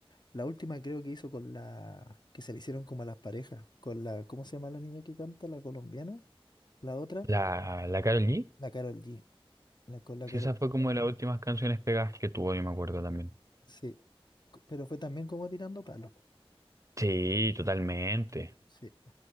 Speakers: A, on the left; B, on the right.
A: La última creo que hizo con la que se le hicieron como a las parejas, con la, ¿cómo se llama la niña que canta? La colombiana, la otra,
B: La, la Karol G,
A: la Carol G. La, con la
B: sí,
A: Karol
B: esa fue
A: G
B: como
A: también,
B: de las últimas canciones pegadas que tuvo, yo me acuerdo también.
A: sí, co- pero fue también como tirando palos.
B: Sí, totalmente.
A: Sí.